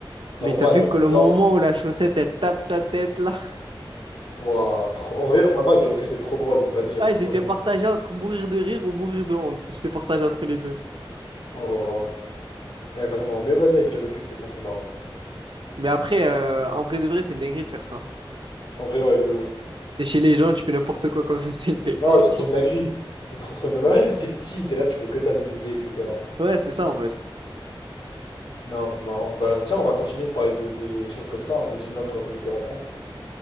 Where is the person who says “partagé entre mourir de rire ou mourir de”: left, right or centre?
Right